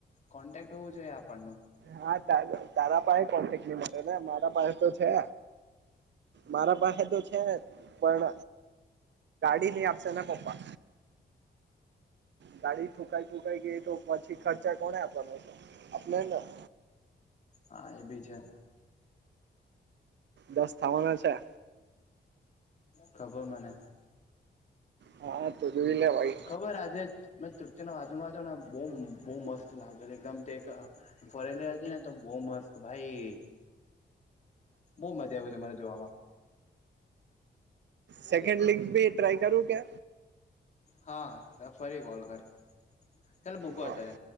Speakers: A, on the left (about 40°); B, on the right (about 75°).
A: કોન્ટેક્ટ હોવું જોઈએ આપણનુ.
B: હા તાર તારા પાહે કોન્ટેક ની મલે ને મારા પાહે તો છે. મારા પાહે તો છે જ પણ ઈ નય આપશેતારા પાપા, ગાડી ઠુકાઈ ફૂકાઈ ગઈ તો પછી ખર્ચા કોણે આપવા પડશે આપણે જ ન.
A: હા એ બી છે.
B: દસ થાવાનો છે.
A: ખબર મને.
B: હા-હા તો જોઈ લે. ભાઈ
A: ખબર આજે મેં તૃપ્તિના બાજુમાં હતો ને બહુ મસ્ત લાગેલી એકદમ તે ફરેલી હતી ને તો બોઓ મસ્ત ભાઈ બહુ મજા આયવો તે જોવામાં,
B: સેકન્ડ લીંગ ભી ટ્રાય કરું કે.
A: હા ફરી કોલ કર ચાલ મૂકુ
B: હા
A: અત્યારે.